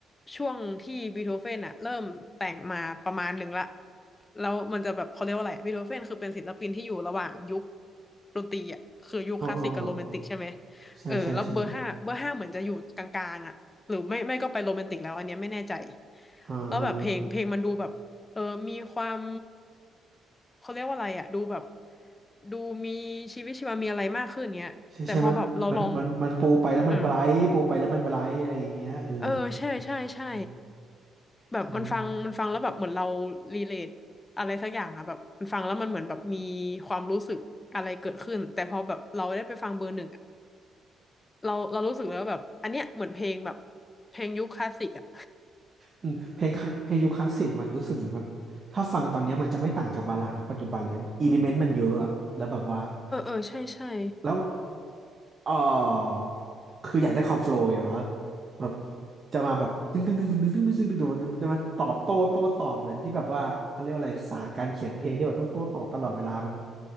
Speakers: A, on the left; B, on the right.
A: ช่วงที่บีโธเฟนอะเริ่มแต่งมาประมาณหนึ่งละแล้วมันจะแบบเขาเรียกว่าอะไรบีโธเฟนคือเป็นศิลปินที่อยู่ระหว่างยุคดนตรีอะคือยุคคลาสสิกกับโรแมนติกใช่ไหม
B: อ๋อ อ๋อ อ๋อ ใช่ใช่ใช่
A: เออแล้วเบอร์ห้าเบอร์ห้าเหมือนจะอยู่กลางๆอะหรือไม่ไม่ก็ไปโรแมนติกแล้วอันเนี้ยไม่แน่ใจ
B: อ่าฮะ
A: แล้วแบบเพลงเพลงมันดูแบบ เออ มีความเขาเรียกว่าอะไรอะดูแบบดูมีชีวิตชีวามีอะไรมากขึ้นเนี้ยแต่พอแบบเราลอง
B: ใช่ใช่มันมันมันมันปูไปแล้วมันไบรท์ปูไปแล้วมันไบรท์อะไรอย่างเงี้ยเออ
A: เออเออใช่ใช่ใช่
B: <laughs> อืม
A: แบบมันฟังมันฟังแล้วแบบเหมือนเรา
B: ใช่ไหม
A: รีเลทอะไรสักอย่างอะแบบมันฟังแล้วมันเหมือนแบบมีความรู้สึกอะไรเกิดขึ้นแต่พอแบบเราได้ไปฟังเบอร์หนึ่งอะเราเรารู้สึกแล้วาแบบอันเนี้ยเหมือนเพลงแบบเพลงยุคคลาสสิกอะ
B: อืมเพลงคลาเพลงยุคคลาสสิกมันรู้สึกเหมือนแบบ ถ้าฟังตอนเนี้ยมันจะไม่ต่างจากบัลลาดยุคปัจจุบันเลยอิเลเมนต์มันเยอะอะ แล้วแบบว่า
A: <laughs> เออเออใช่ใช่
B: แล้ว เออคืออยากได้คอมโฟลว์ไงวะแบบจะมาแบบตึ้งตึ้งตึ้งตึ้งตึ้งตึ้งตึ้งตึ้งตึ้งึงจะมันตอบโต้โต้ตอบเหมือนที่แบบว่าเขาเรียกว่าอะไรศาสตร์การเขียนเพลงที่แบบต้องโต้ตอบตลอดเวลามัน